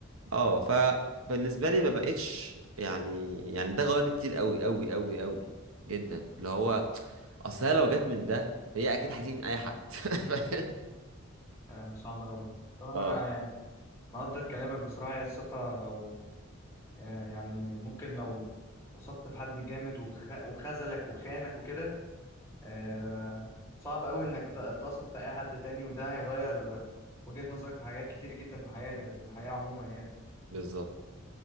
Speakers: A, on the right; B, on the left.
A: اه فبالنسبه لي ما بقتش يعني يعني ده غيرني كتير قوي قوي قوي قوي جدا اللي هو اصل هي لو جت من ده فهي اكيد هتيجي من اي حد <laughs>
B: آه، صعب أوي بصراحة
A: اه
B: أنا يعني مقدر كلامك بصراحة هي الثقة لو آه، يعني ممكن لو وثقت في حد جامد وخ... وخذلك وخانك وكده آه، صعب قوي انك ت- تثق في اي حد تاني وده هيغير وجهة نظرك في حاجات كتير جدا في حياتي في الحياة عموما يعني
A: بالظبط